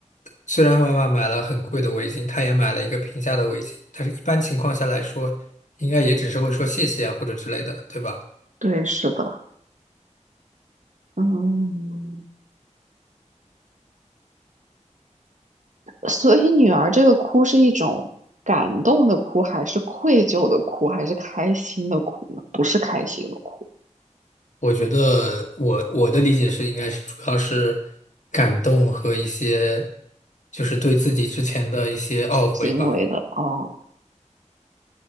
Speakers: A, on the left; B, on the right.
A: 虽然妈妈买了很贵的围巾，他也买了一个平价的围巾，但是一般情况下来说，应该也只是会说谢谢啊或者之类的，对吧？
B: 对，是的，嗯，所以女儿这个哭是一种感动的哭，还是愧疚的哭，还是开心的哭呢？不是开心的哭，
A: 我觉得我我的理解是，应该是主要是感动和一些，就是对自己之前的一些懊悔吧。
B: 行为的哦。嗯